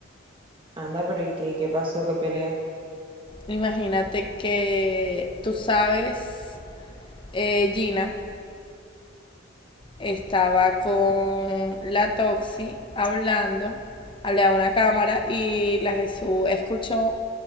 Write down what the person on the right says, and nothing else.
Anda, pero ¿y qué? ¿Qué pasó? ¿Qué pelea?